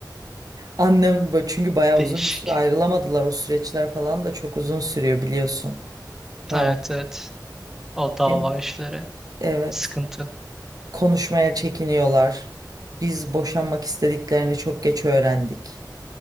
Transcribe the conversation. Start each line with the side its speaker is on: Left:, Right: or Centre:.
Right: Annem böyle çünkü bayağı
Centre: Değişik.
Right: uzun bir süre ayrılamadılar. O süreçler falan da çok uzun sürüyor biliyorsun falan.
Centre: Evet evet. O dava
Right: Kim?
Centre: işleri
Right: Evet.
Centre: sıkıntı.
Right: konuşmaya çekiniyorlar. Biz boşanmak istediklerini çok geç öğrendik